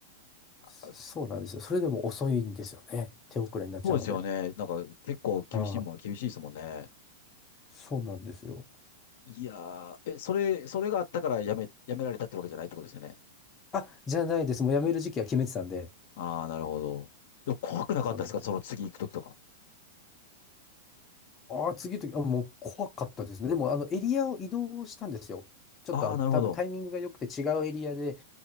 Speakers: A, on the left; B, on the left.
A: そうなんですよ。
B: ー、
A: それでも遅いんですよね。手遅れになっちゃうので。
B: そうですよね。なんか結構厳しいものは厳しいですもんね。
A: はい。そうなんですよ。
B: いやー、え、それ、それがあったからやめ、やめられたってわけじゃないってことですよね。
A: あ、じゃないです。もう辞める時期は決めてたんで。
B: あー、なるほど。でも怖くなかったですかその次行くときとか。
A: そうなんです。ああ、次の時、あ、もう怖かったですね。でも、あの、エリアを移動したんですよ。ちょっと、
B: あー、
A: あの、
B: なるほど。
A: 多分タイミングが良くて違うエリアで、